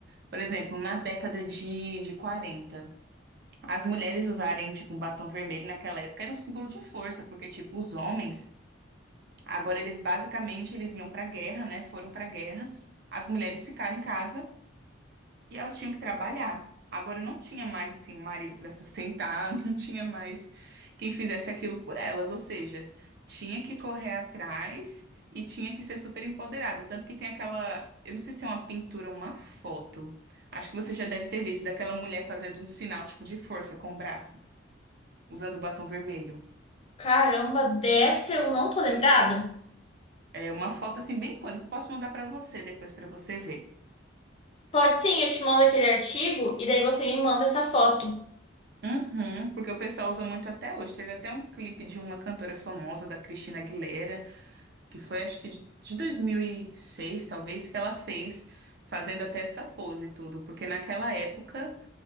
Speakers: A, on the right; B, on the left.
A: por exemplo, na década de, de 40 as mulheres usarem, tipo, um batom vermelho naquela época era um símbolo de força, porque, tipo, os homens. Agora eles basicamente eles iam para a guerra, né? Foram para a guerra. As mulheres ficaram em casa e elas tinham que trabalhar. Agora não tinha mais assim o marido para sustentar, <laughs> não tinha mais quem fizesse aquilo por elas, ou seja, tinha que correr atrás e tinha que ser super empoderada, tanto que tem aquela, eu não sei se é uma pintura ou uma foto. Acho que você já deve ter visto daquela mulher fazendo um sinal tipo de força com o braço, usando o batom vermelho.
B: Caramba, dessa eu não tô lembrada?
A: É uma foto assim bem icônica, eu posso mandar para você depois para você ver.
B: Pode sim, eu te mando aquele artigo e daí você me manda essa foto.
A: Uhum, porque o pessoal usa muito até hoje. Teve até um clipe de uma cantora famosa, da Cristina Aguilera, que foi acho que de de 2006, talvez, que ela fez, fazendo até essa pose e tudo. Porque naquela época,